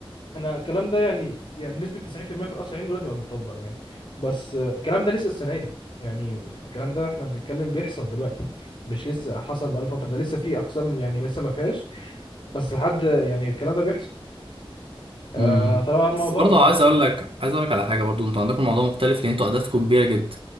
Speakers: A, on the left (about 55°); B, on the right (about 70°).
A: احنا الكلام ده يعني يعني بنسبة 90% في المية في القصر العيني دلوقتي بقى متطبق يعني بس آه، الكلام ده لسه السنة دي يعني الكلام ده احنا بنتكلم بيحصل دلوقتي مش لسه حصل بقاله فترة ده لسه في أقسام يعني لسه ما فيهاش بس لحد يعني الكلام ده بيحصل آه
B: امم
A: طبعا الموضوع
B: بس برضه
A: بقى
B: عايز اقول لك عايز اقول لك على حاجه برضه انتوا عندكم الموضوع مختلف لان انتوا اعدادكم كبيره جدا